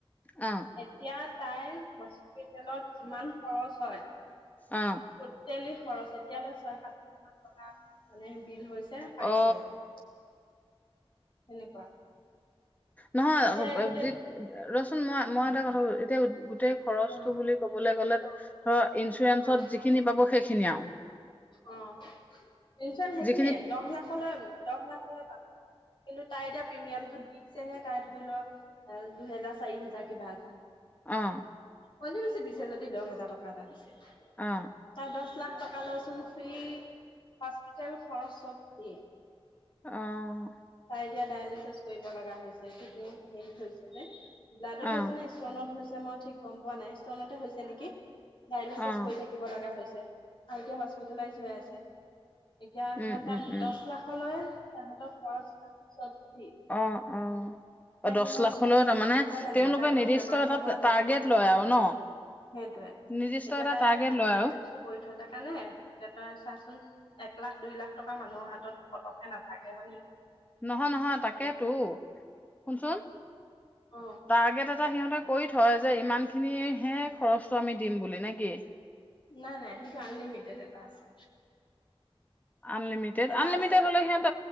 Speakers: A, on the left (about 15°); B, on the left (about 55°).
A: অ,
B: এতিয়া তাইৰ হস্পিতেলত যিমান খৰচ হয়,
A: অ,
B: ট'টেলি খৰচ এতিয়ালৈ ছয় সাত কিমান টকা মানে বিল হৈছে
A: অ
B: পাইছে তেনেকুৱা।
A: নহয়ি
B: এতিয়া এই গোটেই
A: ৰচোন মই মই এটা কথা এতিয়া গোটেই খৰচটো
B: অ
A: বুলি ক'বলৈ গ'লে
B: অ
A: ধৰ ইঞ্চুৰেঞ্চত
B: অ
A: যিখিনি পাব সেইখিনি আৰু?
B: অ পচন সেইখিনিয়ে
A: যিখিনি
B: দহ লাখলৈ দহ লাখলৈ পাব। কিন্তু তাই এতিয়া প্ৰিমিয়ামটো দিছেহে তাই ধৰি লওক, দুহেজাৰ চাৰি হেজাৰ কিবা এটা।
A: অ',
B: অতি বেছি দিছে যদি দহ হাজাৰ টকা এটা দিছে।
A: অ',
B: তাই দহ লাখ টকা লৈচোন ফ্ৰ্ৰী হস্পিটেল খৰচ চব দিয়ে।
A: অ',
B: তাই এতিয়া ডায়েলিচিছ কৰিব লগা হৈছে। কিন্তু হেৰিত হৈছে যে ব্লাডত
A: অ',
B: হৈছে নে ষ্টনত মই ঠিক গম পোৱা নাই। ষ্টনতে হৈছে নেকি ডাইলেচেচ
A: অ',
B: কৰি
A: অ',
B: থাকিব লগা হৈছে। এতিয়া হস্পিতালাইজ হৈ আছে। এতিয়া
A: উম,
B: সি তাত
A: উম, উম,
B: দহ লাখলৈ তাহতক খৰচ পাতি চ'ব ফ্ৰী।
A: অ, অ',
B: তাই
A: দচ
B: কিমান
A: লাখলৈ তাৰমানে
B: ভাল হ'ল হয় নে নহয়
A: তেওঁলোকে
B: তাইতো
A: নিৰ্দিষ্ট
B: বেমাৰটো
A: এটা
B: হোৱা গম
A: টাৰ্গেট
B: পোৱা নাছিলে
A: লয় আৰু ন?
B: সেইটোৱে
A: নিৰ্দিষ্ট
B: এতিয়া
A: এটা
B: তাই
A: টাৰ্গেট লয়
B: ইঞ্চুৰেঞ্চটো
A: আৰু?
B: কৰি থ'লে কাৰণে এতা চাচোন, এক লাখ দুই লাখ টকা মানুহৰ হাতত পতককে নাথাকে হয়নে?
A: নহয় নহয় তাকেতো
B: এতিয়া
A: শুনচোন
B: অ
A: টাৰ্গেট এটা সিহঁতে কৰি থয় যে ইমানখিনিহে খৰচটো আমি দিম বুলি নে কি?
B: নাই, নাই, সেইটো আনলিমিটেড এটা আছে।
A: আনলিমিটেড,
B: এটা
A: আনলিমিটেড,
B: আছে
A: হ'লে সিহঁত